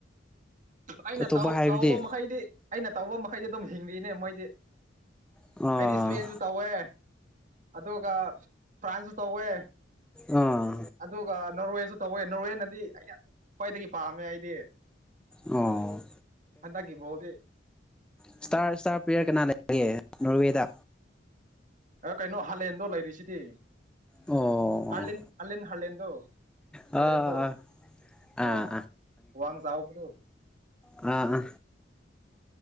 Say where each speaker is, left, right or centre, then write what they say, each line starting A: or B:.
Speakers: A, on the right; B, in the centre.
A: ꯑꯩꯅ
B: ꯑꯇꯣꯞꯄ ꯍꯥꯏꯕꯗꯤ
A: ꯇꯧꯕ ꯃꯈꯩꯗꯤ ꯑꯩꯅ ꯇꯧꯕ ꯃꯈꯩꯗꯤ ꯑꯗꯨꯝ ꯍꯤꯡꯉꯤꯅꯦ ꯃꯈꯣꯏꯗꯤ
B: ꯑꯣ
A: ꯑꯩꯗꯤ ꯏꯁꯄꯦꯟꯁꯨ ꯇꯧꯋꯦ ꯑꯗꯨꯒ ꯐ꯭ꯔꯥꯟꯁꯁꯨ ꯇꯧꯋꯦ
B: ꯑꯥ
A: ꯑꯗꯨꯒ ꯅꯣꯔꯋꯦꯁꯨ ꯇꯧꯋꯦ ꯅꯣꯔꯋꯦꯅꯗꯤ ꯑꯩ ꯌꯥꯝ ꯈ꯭ꯋꯥꯏꯗꯒꯤ ꯄꯥꯝꯃꯦ ꯑꯩꯗꯤ
B: ꯑꯣ
A: ꯍꯟꯗꯛꯀꯤ ꯕꯣꯜꯗꯤ
B: ꯏꯁꯇꯥꯔ ꯏꯁꯇꯥꯔ ꯄ꯭ꯂꯦꯌꯔ ꯀꯅꯥ ꯂꯩꯒꯦ ꯅꯣꯔꯋꯦꯗ
A: ꯑꯥ ꯀꯩꯅꯣꯍꯥꯂꯦꯟꯗꯣ ꯂꯩꯔꯤꯁꯤꯗꯤ
B: ꯑꯣ
A: ꯑꯥꯂꯤꯟ ꯑꯥꯂꯤꯟꯍꯥꯂꯦꯟꯗꯣ
B: ꯑꯥ
A: ꯍꯥꯂꯦꯟꯗꯣ
B: ꯑꯥ ꯑꯥ
A: ꯑꯣ ꯋꯥꯡꯆꯥꯎꯕꯗꯨ
B: INAUDIBLE